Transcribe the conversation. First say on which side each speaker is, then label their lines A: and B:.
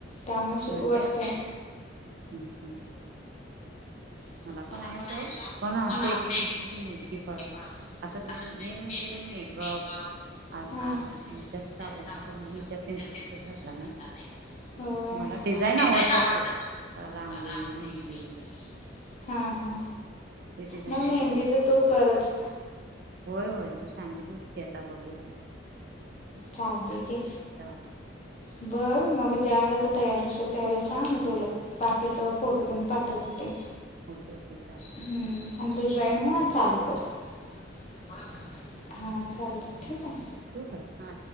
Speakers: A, on the left; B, on the right.
A: त्यामुळे शिकव
B: होय
A: वाटतंय
B: काय हम्म हम्म
A: हम्म
B: मला पण आहे सोड पण असं एक एक गोष्टीची नेमकी प असं मेन मेन म्हणजे कणी मेकअप असं ह्याची पण जास्त
A: होय.
B: आवड नसल्यामुळे मी त्यात इंटरेस्टच घातला नाही. मला डिझाईन आवडतात सोड रांगोळी, मेहंदी
A: हा हा.
B: ते डिझाईन
A: मग
B: खूप
A: मेहंदीचा
B: आवडतात.
A: तो करच
B: होय होय तू सांगितलंस की आता बघूया की
A: चालतंय की
B: चाल
A: मग ज्या वेळेला तो तयार होशेल त्यावेळेला सांग मी तुला बाकीचं फोटो पण पाठवते ते
B: ओके ओके चालेल
A: हम्म आणि तू जॉईन हो चालू कर होय होय हा चालते ठीक
B: हा,
A: आहे.
B: ठेवू काय हा